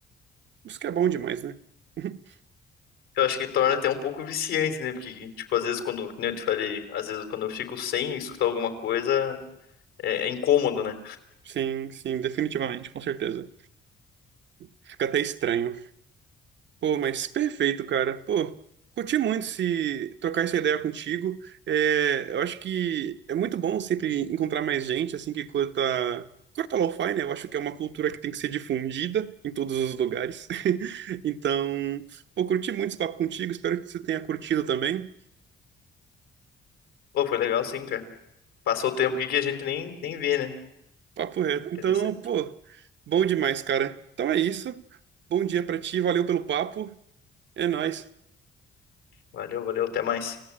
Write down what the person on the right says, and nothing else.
Isso que é bom demais, né? <laughs>
Sim, sim, definitivamente, com certeza. Fica até estranho. Pô, mas perfeito, cara. Pô, curti muito se trocar essa ideia contigo. É, eu acho que é muito bom sempre encontrar mais gente assim que curta, curta lo-fi, né? Eu acho que é uma cultura que tem que ser difundida em todos os lugares. <laughs> Então, pô, curti muito esse papo contigo. Espero que você tenha curtido também.
Papo reto.
Então, pô, bom demais, cara. Então é isso. Bom dia pra ti. Valeu pelo papo. É nóis.